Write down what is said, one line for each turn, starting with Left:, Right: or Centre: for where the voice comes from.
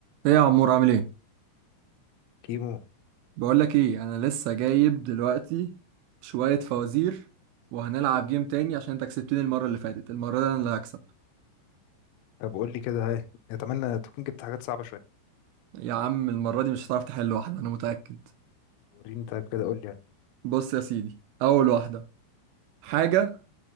Right: ايه يا عمور عامل ايه
Left: كيمو
Right: بقول لك ايه انا لسه جايب دلوقتي شوية فوازير وهنلعب جيم تاني عشان انت كسبتني المرة اللي فاتت المرة دي انا اللي هكسب
Left: طب قول لي كده هاي اتمنى تكون جبت حاجات صعبه شويه
Right: يا عم المرة دي مش هتعرف تحل واحدة انا متأكد
Left: وريني طيب كده قول لي يعني.
Right: بص يا سيدي اول واحدة حاجة